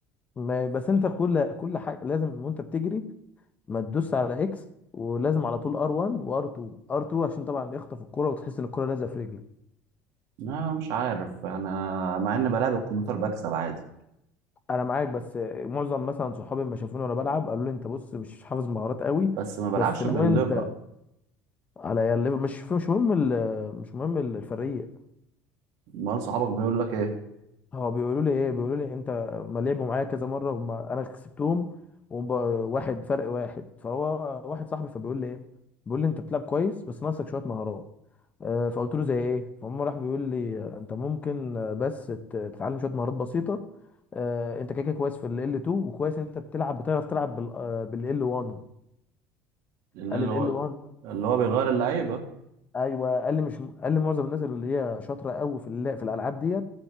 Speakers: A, on the left (about 25°); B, on the right (about 65°).
A: ما... بس انت كل كل حاجة لازم وانت بتجري ما تدوس على اكس ولازم على طول ار1 وار2 ار2 عشان طبعا يخطف الكرة وتحس ان الكرة لازقة في رجلك
B: لا مش عارف انا مع ان بلعب الكمبيوتر بكسب عادي
A: انا معاك بس معظم مثلا صحابي لما شافوني وانا بلعب قالوا لي انت بص مش حافظ مهارات قوي
B: بس ما بلعبش
A: بس لو
B: بالليفر
A: انت على الليفر مش مش مهم ال... مش مهم الفريق
B: امال صحابك بيقول لك ايه
A: هو بيقولوا لي ايه بيقولوا لي انت ما لعبوا معايا كذا مره وما انا كسبتهم وواحد فرق واحد فهو واحد صاحبي فبيقول لي ايه بيقول لي انت بتلعب كويس بس ناقصك شويه مهارات آه، فقلت له زي ايه فهم راح بيقول لي آه، انت ممكن آه، بس ت- تتعلم شويه مهارات بسيطه آه، انت كده كده كويس في ال L2 وكويس انت بتلعب بتعرف تلعب بال آه، بال L1
B: اللي
A: قال
B: اللي
A: ال
B: هو
A: L1
B: اللي هو بيغير اللعيبه
A: ايوه قال لي مش قال لي معظم الناس اللي هي شاطره قوي في الل- في الالعاب ديت